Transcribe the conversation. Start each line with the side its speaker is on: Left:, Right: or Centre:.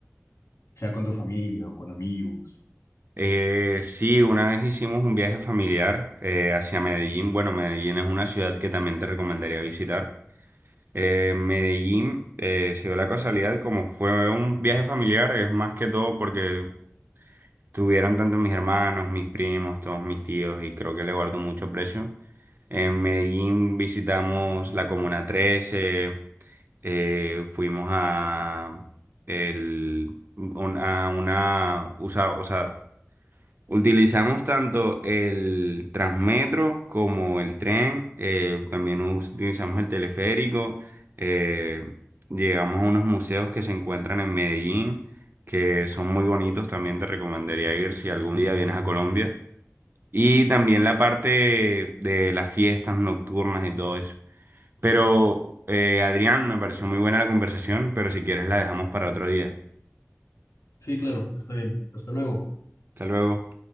Left: sea con tu familia o con amigos?
Right: Eh, sí, una vez hicimos un viaje familiar eh, hacia Medellín. Bueno, Medellín es una ciudad que también te recomendaría visitar. Eh, Medellín eh, se dio la casualidad, como fue un viaje familiar, es más que todo porque Tuvieron tanto mis hermanos, mis primos, todos mis tíos y creo que le guardo mucho precio. En Medellín visitamos la Comuna 13, eh, fuimos a, el, un- a una, usa- o sea, Utilizamos tanto el Transmetro como el tren, eh, también us- utilizamos el teleférico, eh, llegamos a unos museos que se encuentran en Medellín, que son muy bonitos, también te recomendaría ir si algún día vienes a Colombia, y también la parte de las fiestas nocturnas y todo eso. Pero, eh, Adrián, me pareció muy buena la conversación, pero si quieres la dejamos para otro día.
Left: Sí, claro, está bien. Hasta luego.
Right: Hasta luego.